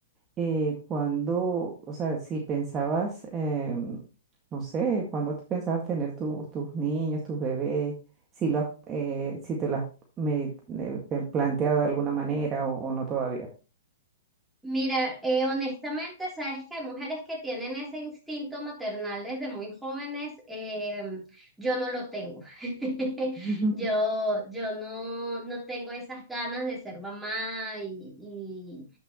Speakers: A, on the right (about 25°); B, in the centre.
A: eh, cuando, o sea, si pensabas, em, no sé, cuando tú pensabas tener tus tus niños, tus bebés, si los, eh, si te lo has me- eh, pe- planteado de alguna manera o, o no todavía.
B: Mira, eh, honestamente, sabes que hay mujeres que tienen ese instinto maternal desde muy jóvenes. eh, yo no lo tengo. <laughs>
A: <laughs>
B: Yo, yo no, no tengo esas ganas de ser mamá y, y